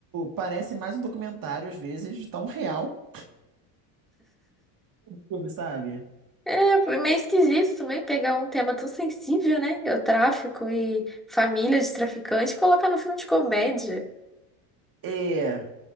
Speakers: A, on the right; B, in the centre.
A: Parece mais um documentário, às vezes, de tão real o filme, sabe?
B: É foi meio esquisito também pegar um tema tão sensível, né? É O tráfico e família de traficante e colocar no filme de comédia.
A: É,